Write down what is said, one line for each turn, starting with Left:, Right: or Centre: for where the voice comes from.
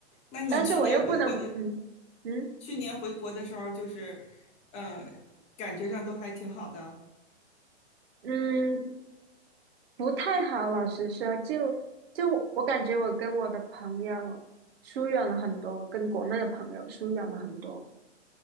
Left: 那你去年回国的，
Right: 但是我又不能，嗯嗯
Left: 去年回国的时候就是，呃，感觉上都还挺好的。
Right: 嗯，不太好，老实说，就就我感觉我跟我的朋友疏远了很多，跟国内的朋友疏远了很多。